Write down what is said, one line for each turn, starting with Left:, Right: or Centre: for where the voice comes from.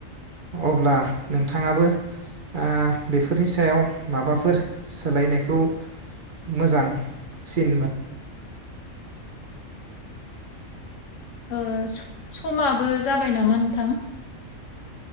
Right: अब्ला नोंथाङाबो ओ बेफोरनि सायाव माबाफोर सोलायनायखौ मोजांसिन मोन
Left: ओ स-समाबो जाबाय नामा नोंथां?